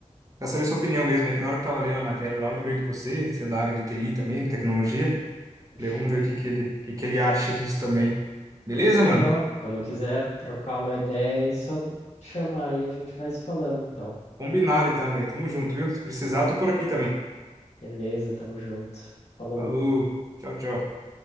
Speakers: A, on the right; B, on the left.
A: pra saber sua opinião mesmo. É que na hora que eu tava lendo a matéria lá, eu lembrei de você. Você é da área de TI também, de tecnologia.
B: Fechou.
A: Falei, vamos ver o que que ele, o que que ele acha disso também. Beleza,
B: Demorou.
A: mano?
B: Quando quiser trocar uma ideia, é só chamar aí, a gente vai se falando então.
A: Combinado então, velho. Tamo junto, viu? Se precisar, eu tô por aqui também.
B: Beleza, tamo junto. Falou.
A: Falou. Tchau, tchau.